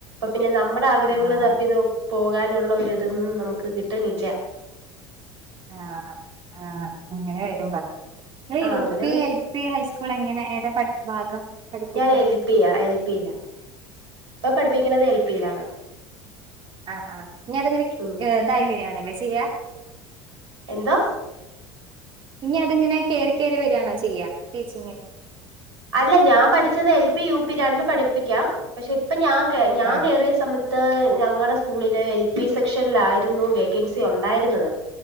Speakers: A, on the right; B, on the right.
A: പിന്നെ നമ്മുടെ ആഗ്രഹങ്ങൾ
B: ആഹ്
A: തപ്പി നോ പോകാനുള്ള ഒരിതൊന്നും നമുക്ക് കിട്ടണില്ല
B: ആഹ ആഹ അങ്ങനെ വരും പറഞ്ഞു ഇങ്ങൾ
A: ആഹ്
B: യൂ
A: അങ്ങനെ
B: P L P high school എങ്ങനെ ഏതാ <unintelligible> ഭാഗം? പഠിപ്പിക്കാൻ
A: ഞാൻ എൽ പിയാ എൽ പിയിലാ ഇപ്പൊ പഠിപ്പിക്കണത് എൽ പിയിലാണ്
B: ആ ആ ഇനീ അതിങ്ങനെ
A: ഉം
B: ഏഹ് ഇതായി വെരാണ്. <unintelligible>
A: എന്തോ?
B: ഇനി അതിങ്ങനെ കേറി കേറി വെരാണോ ചെയ്യാ? പീച്ചിങ്ങേ
A: അല്ല ഞാൻ പഠിച്ചത് എൽ പി യു പി രണ്ട് പഠിപ്പിക്കാം പഷേ ഞാൻ കേ ഞാൻ
B: ആഹ്
A: കയറിയ സമയത് ഇത്ത ഞങ്ങടെ സ്കൂളിലെ എൽ പി സെക്ഷനിലായിരുന്നു വേക്കൻസി ഒണ്ടായിരുന്നത്.